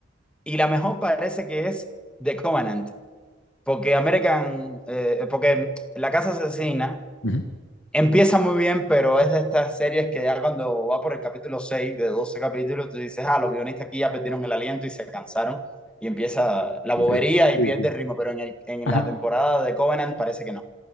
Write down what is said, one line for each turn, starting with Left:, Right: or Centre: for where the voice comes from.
Centre: Y la mejor parece que es The Covenant. Porque American, eh, porque La Casa Asesina
Left: ujú.
Centre: empieza muy bien, pero es de estas series que ya cuando va por el capítulo 6 de 12 capítulos, tú dices, ah, los guionistas aquí ya perdieron el aliento y se cansaron. Y empieza la bobería
Left: Sí,
Centre: y
Left: sí,
Centre: pierde
Left: sí.
Centre: el ritmo, pero en, el- en
Left: Ajá,
Centre: la temporada de Covenant parece que no.